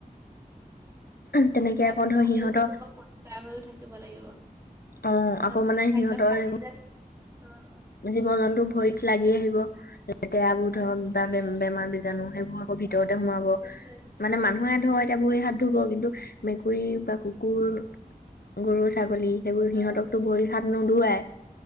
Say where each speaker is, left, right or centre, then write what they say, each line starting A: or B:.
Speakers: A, on the left; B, on the right.
A: তেনেকে
B: মানে খাদ্য
A: আকৌ ধৰ
B: খালেও
A: সিহঁতৰ
B: নহ'ব পৰিষ্কাৰ হৈও থাকিব লাগিব।
A: অ
B: ম
A: আকৌ
B: ভাল
A: মানে
B: খাদ্য
A: সিহঁতৰ
B: খাই যায় অ', অ'।
A: জীৱ জন্তু ভৰিত লাগি আহিব লেতেৰা বোধৰ
B: অ
A: বাে বেমাৰ বীজাণু সেইবোৰ আকৌ ভিতৰতে সোমাব
B: সেইটোৱে
A: মানে মানুহে
B: উম
A: ধৰে কেতি ব হাত ধুব কিন্তু মেকুৰী বা কুকুৰ গৰু ছাগলী সেইবোৰ
B: অ
A: সিহঁতকতো ভৰি হাত নুধুৱাই।